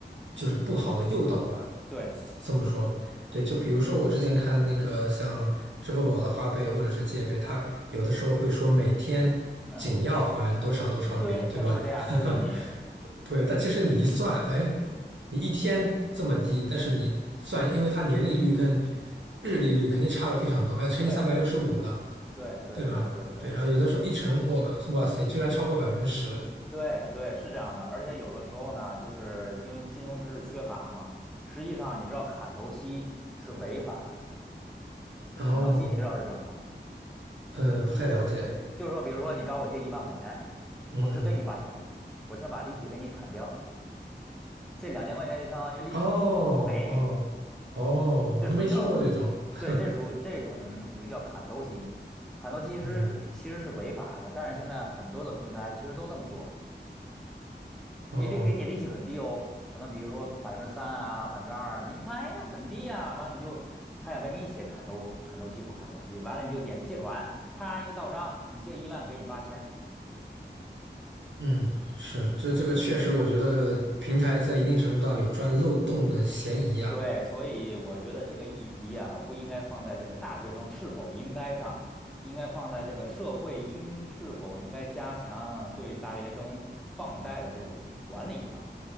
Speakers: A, on the right; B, in the centre.
A: 就是不好的诱导吧，
B: 对，
A: 这么说，对，就比如说我之前看那个像支付宝的花呗或者是借呗，它有的时候会说每天仅要还多少多少元，
B: 嗯，对，
A: 对吧？
B: 他就是这样勾引你。
A: <laughs> 对，但其实你一算，哎，你一天这么低，但是你算，因为它年利率跟日利率肯定差了非常多，还要乘以三百六十五呢，
B: 对，对，对，
A: 对吧？
B: 对，对，对，
A: 对，然后有的时候一乘，我靠，哇塞，居然超过百分之十。
B: 对，对，是这样的。而且有的时候呢，就是因为金融知识缺乏嘛，实际上你知道砍头息是违法的。
A: 哦，
B: 砍头息你知道是什么吗？
A: 呃，不太了解，
B: 就是说，比如说你找我借一万块钱，
A: 嗯，
B: 我只给你八千块钱，
A: 嗯
B: 我先把利息给你砍掉。这两千块钱就相当于利息，
A: 哦哦哦，
B: 我我不给你，这属于叫，
A: 我都没听过这种。<laughs>
B: 对，这属这种属于叫砍头息，砍头息是其实是违法的，
A: 嗯，
B: 但是现在很多的平台其实都这么做，
A: 哦，
B: 你利给你利息很低哦，可能比如说百分之三啊，百分之二，你看哎呀很低啊，完你就他也没给你写砍头砍头息不砍头息，完了你就点借款，啪一到账，你借一万给你八千，
A: 嗯，是，这这个确实，我觉得平台在一定程度上有钻漏洞的嫌疑啊。
B: 对，所以我觉得这个议题啊，不应该放在这个大学生是否应该上，应该放在这个社会应是否应该加强对大学生放贷的这种管理上